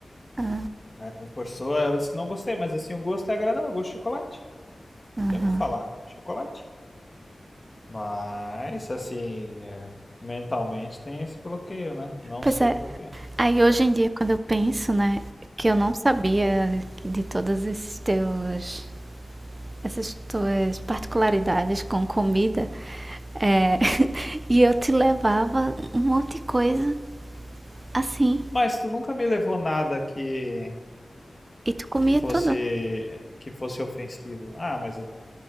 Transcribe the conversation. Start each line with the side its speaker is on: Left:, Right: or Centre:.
Right: ah,
Left: Aí ela me forçou, aí eu disse, não gostei, mas assim, o gosto é agradável, o gosto de chocolate.
Right: aham.
Left: Tem o que falar, chocolate. Mas, assim, é, mentalmente tem esse bloqueio, né? Não
Right: Pois
Left: sei
Right: é.
Left: por quê.
Right: Aí hoje em dia, quando eu penso, né, que eu não sabia de todos esses teus essas tuas particularidades com comida é, <laughs> e eu te levava um monte de coisa assim
Left: Mas tu nunca me levou nada que,
Right: e tu comia
Left: que fosse
Right: tudo.
Left: eh, que fosse ofensivo. Ah, mas eu-